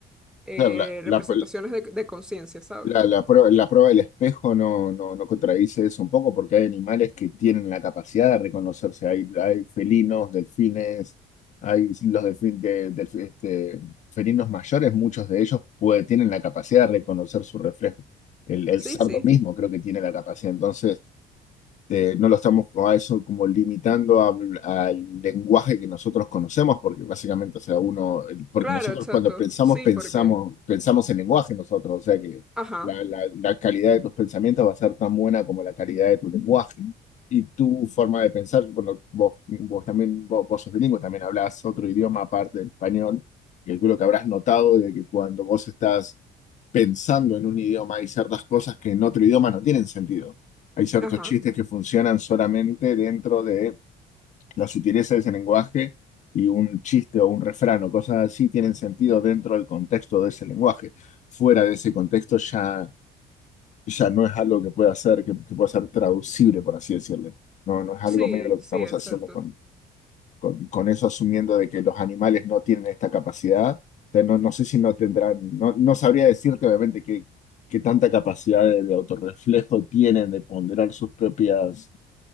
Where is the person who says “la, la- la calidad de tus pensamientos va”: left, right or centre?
Left